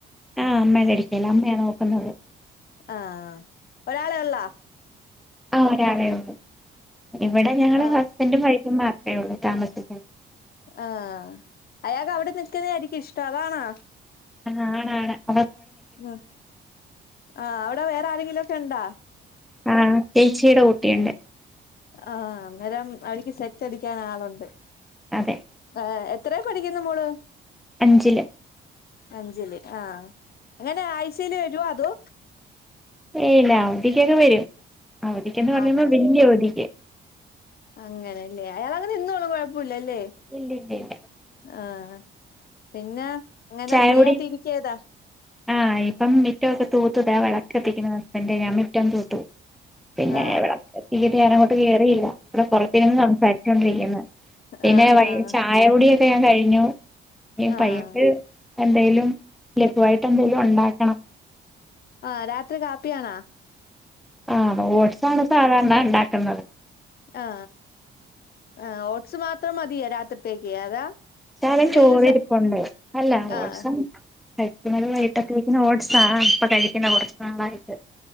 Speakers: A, in the centre; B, on the left (about 50°).
A: ആഹ് അമ്മ കടിക്കല്ല അമ്മയാണ് നോക്കുന്നത്
B: ആഹ ഒരാള ഉള്ള
A: ആഹ ഒരാളേ ഉള്ളു ഇവിടെ ഞങ്ങള്
B: ആഹ്
A: ഹസ്ബൻറും മാത്ര എ താമസിക്ക
B: ആ അയാക അവിടെ നിൽക്കുന്ന ആയി ഇഷ്ടാലാാണ്
A: ആണ ആട
B: ഉ ആ അവിടെ വേറെ ആരെങ്കിലും ചണ്ടാ
A: ആഹ ച്ചീട പിന്നെ
B: ആഹ അന്നേരം അവർക്ക് സെറ്റ് അടിക്കാൻ ആളുണ്ട്
A: അതെ
B: ആഹ് എ എത്രയി പഠിക്കുന്നു മോള്
A: അഞ്ചില്
B: അഞ്ചില് ആഹ് അങ്ങനെ ആഴ്ചയില് വരുവോ അതോ
A: ഏല്ല അവധിക്കൊക്കെ വരും ആ അവധിക്കെന്ന് പറഞ്ഞുമ്പോ
B: ആഹ്
A: വലിയ അവതിക്ക്
B: അങ്ങനെല്ലേ അയാൾങ്ങനെ നിന്നോള്ളും കുഴപ്പില്ലല്ലേ
A: ഇല്ലില്ലില്ല
B: ആഹ് പിന്നെ അങ്ങനെ
A: ചായകുടി
B: ഫ്രീ ആയിട്ട് ഇരിക്ക താ
A: ആഹ് ഇപ്പം മിറ്റ ഒക്കെ തൂത്തുതാ വിളക്ക് കത്തിക്കുന്ന ഹസ്ബൻഡ് ഞാൻ മിറ്റം തൂത്തു പിന്നെ
B: ആഹ്
A: ഇവിടെ <unintelligible> ട്ട് കേറിയില്ല ഇവിടെ പുറത്തിന്ന് സംസാരിച്ചൊണ്ടിരിക്കുന്നു
B: ആഹ്
A: പിന്നെ
B: ആഹ് ആഹ്
A: ചായകുടിയൊക്കെ ഞാൻ കഴ നു ഏ
B: ആഹ്
A: പയ്യക്ക് എന്തായാലും ലെ <unintelligible> വായിട്ടെന്തെങ്കിലും ഉണ്ടാക്കണം
B: ആ രാത്രി കാപ്പിയാണാ
A: ആ തെ ഓട്‌സാണ് സാധാര ണെണ്ടാക്കുന്നത്
B: ആ ആ ഓട്സ് മാത്രം മതിയേ രാത്രിത്തേക്ക് അതാ
A: ശകലം
B: എന്തെങ്കിലും
A: ചോറിരിപ്പുണ്ട്
B: സ
A: അല്ല
B: ആഹ്
A: ഓട്സും കഴ്ക്ക്ണോല് വൈകിട്ടൊക്കെ
B: ആഹ്
A: വെക്ക്ന്ന ഓട്സ് ആ ഇപ്പൊ കഴിക്കുന്ന കൊറച്ച് നാളായിട്ട്